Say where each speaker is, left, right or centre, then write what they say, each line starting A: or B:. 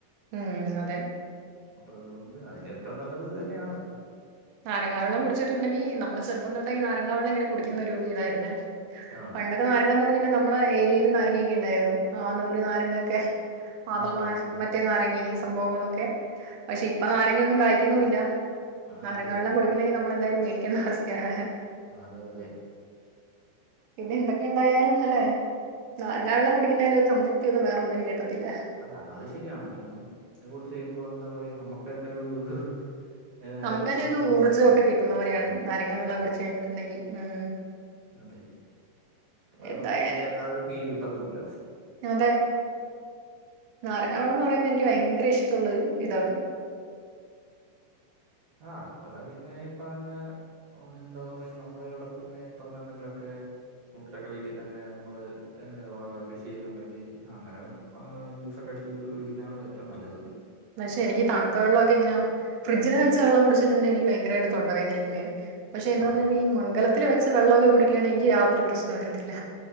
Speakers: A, on the right (about 65°); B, on the right (about 45°).
A: ഉം അതെ
B: അപ്പൊ അതുകൊണ്ട് അതിൽ ഏറ്റവും നല്ലത് ഇത് തന്നെയാണ്
A: നാരങ്ങാവെള്ളം കുടിച്ചിട്ടുണ്ടെങ്കിൽ നമ്മള് ചെറുപ്പം തൊട്ടെ നാരങ്ങാവെള്ളം ഇങ്ങനെ കുടിക്കുന്നൊ ഒരു ഇതായിന്നേ
B: ആഹ്
A: പണ്ടൊക്കെ നാരങ്ങാന്ന് പറഞ്ഞിട്ടുണ്ടെ നമ്മുടെ ഏരിയായിൽ നാരങ്ങൊക്കെ ഉണ്ടായിരുന്നു ആ ഒരു നാരങ്ങൊക്കെ- മാതള
B: ആഹ്
A: നാരങ്ങ
B: അതെ
A: മറ്റേ നാരങ്ങ ഈ സംഭവങ്ങളൊക്കെ പക്ഷെ ഇപ്പൊ നാരങ്ങൊന്നും കായ്ക്കുന്നുവില്ല. നാരങ്ങ
B: അതെ
A: വെള്ളം കുടിക്കണെങ്കിൽ നമ്മള് എന്തായാലും മേടിക്കണ്ട അവസ്ഥയാണ്
B: അതെ അതെ
A: പിന്നെ എന്തൊക്കെ ഉണ്ടായാലും അല്ലെ നാരങ്ങാ വെള്ളം കുടിക്കുന്നതിന്റെ ഒരു സംതൃപ്തി ഒന്നും വേറെ ഒന്നിനും കിട്ടത്തില്ല
B: അല്ല അത് ശരിയാണ് കാരണം കുടിച്ച് കഴിയുമ്പോ എന്താ പറയാ നമുക്ക് തന്നെ ഒരു-
A: നമുക്ക്
B: എനർജി
A: തന്നെ
B: കിട്ടുന്നത്
A: ഒരു ഊർജ്ജം
B: പോലെയാണ്
A: ഒക്കെ കിട്ടുന്നപൊലെയാണ്
B: അതെ
A: നാരങ്ങ വെള്ളം
B: അതെ
A: കുടിച്ച് കഴിഞ്ഞിട്ടുണ്ടെങ്കിൽ ഉം
B: അതെ വേറെ
A: എന്തായാലും
B: എന്തോ കുടിച്ചാലും ആ ഒരു ഫീല് കിട്ടത്തൂല്ല
A: അതെ നാരങ്ങാവെള്ളംയെന്ന് പറയുന്നത് എനിക്ക് ഭയങ്കര ഇഷ്ടമുള്ളരു ഇതാണ്.
B: ആഹ് അതുപോലെ പിന്നെ ഈ പറഞ്ഞ- എന്താ പറയാ നമ്മളെ ഇവിടെത്തന്നെ ഇപ്പൊ അങ്ങനെ എന്തെങ്കിലുമൊക്കെ- ഫ്രൂട്ട്സൊക്കെ വീട്ടിൽ തന്നെ നമ്മള് കൃഷി ചെയ്യുന്നുണ്ടെങ്കിൽ അങ്ങനെ- ആ ജ്യൂസൊക്കെ അടിച്ച് കുടിക്കുന്നതാണ് ഏറ്റവും നല്ലത്
A: പക്ഷെ എനിക്ക് തണുത്ത വെള്ളം ഒക്കെ ഇങ്ങനെ ഫ്രിഡ്ജില് വെള്ളം കുടിച്ചിട്ടുണ്ടെിൽ എനിക്ക് ഭയങ്കരമായിട്ട് തൊണ്ട വേദനിക്കുവേ പക്ഷേ എന്ന്
B: ആ
A: പറഞ്ഞിട്ട
B: ആ
A: ഈ മൺകലത്തില് വെച്ച വെള്ളമൊക്കെ കുടിക്കയാണങ്കി എനിക്ക് യാതൊരു പ്രശ്നം വരുത്തില്ല